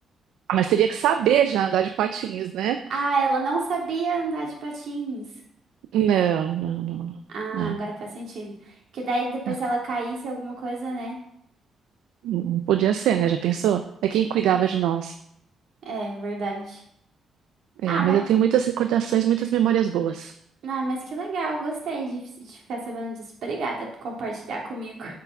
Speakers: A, on the right; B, on the right.
A: Mas teria que saber já andar de patins, né?
B: Ah, ela não sabia andar de patins.
A: Não, não, não, não,
B: Ah,
A: não,
B: agora faz sentido. Porque daí depois
A: não,
B: se ela caísse alguma coisa, né?
A: não podia ser, né? Já pensou? É quem cuidava de nós.
B: É, verdade.
A: É,
B: Ah,
A: mas
B: mas
A: eu tenho muitas recordações, muitas memórias boas.
B: Ah, mas que legal, gostei de, de ficar sabendo disso. Obrigada por compartilhar comigo.